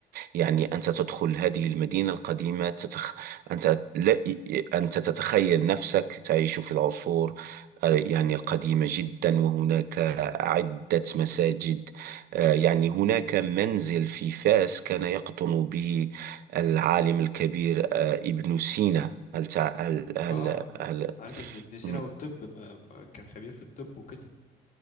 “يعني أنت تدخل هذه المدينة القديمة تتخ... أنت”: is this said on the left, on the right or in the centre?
Right